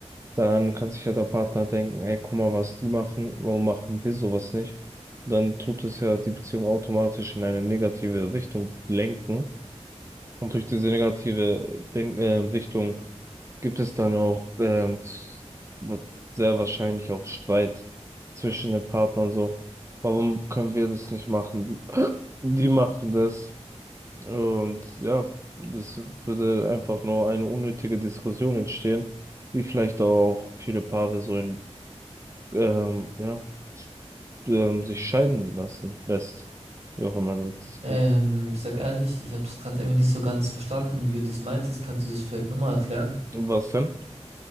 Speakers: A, on the right; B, on the right.
A: dann kann sich ja der Partner denken, ey, guck mal, was die machen, warum machen wir sowas nicht? Dann tut es ja die Beziehung automatisch in eine negative Richtung lenken. Und durch diese negative Denk äh, Sichtung gibt es dann auch ähm, z- wa- sehr wahrscheinlich auch Streit zwischen den Partnern so. Warum können wir das nicht machen? <clears throat> Die machen das. Und ja, das würde einfach nur eine unnötige Diskussion entstehen, die vielleicht auch viele Paare so in, ähm, ja, ähm, sich scheiden lassen lässt. Wie auch immer das ist.
B: Ähm, ich sag ehrlich, ich habe es gerade irgendwie nicht so ganz verstanden, wie du das meintest. Kannst du das vielleicht nochmal erklären?
A: Was denn?